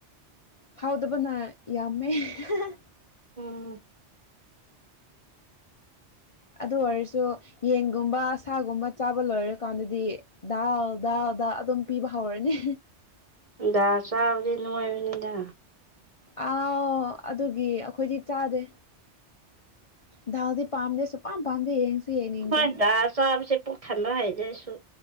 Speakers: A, on the left; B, on the right.
A: ꯍꯥꯎꯗꯕꯅ ꯌꯥꯝꯃꯦ <unintelligible>
B: ꯎꯝ
A: ꯑꯗꯨ ꯑꯣꯏꯔꯁꯨ ꯌꯦꯟꯒꯨꯝꯕ ꯁꯥꯒꯨꯝꯕ ꯆꯥꯕ ꯂꯣꯏꯔꯀꯥꯟꯗꯗꯤ ꯗꯥꯜ ꯗꯥꯜꯗꯥ ꯑꯗꯨꯝ ꯄꯤꯕ ꯍꯧꯔꯅꯦ
B: ꯗꯥ ꯆꯥꯕꯗꯤ ꯅꯣꯏꯕꯅꯤꯗ
A: ꯑꯥꯎ ꯑꯗꯨꯒꯤ ꯑꯩꯈꯣꯏꯗꯤ ꯆꯥꯗꯦ ꯗꯥꯜꯗꯤ ꯄꯥꯝ ꯁꯨꯄꯥꯥꯝ ꯄꯥꯝꯗꯦ ꯌꯦꯡꯅꯤꯡꯗ꯭ꯔꯦ
B: ꯍꯣꯏꯗ ꯆꯥꯕꯁꯦ ꯄꯨꯛ ꯊꯟꯕ ꯍꯩꯖꯦꯁꯨ